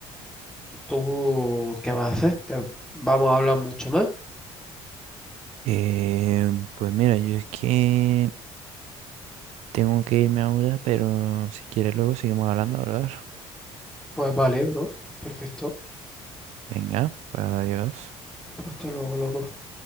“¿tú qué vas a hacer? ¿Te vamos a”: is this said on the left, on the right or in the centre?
Centre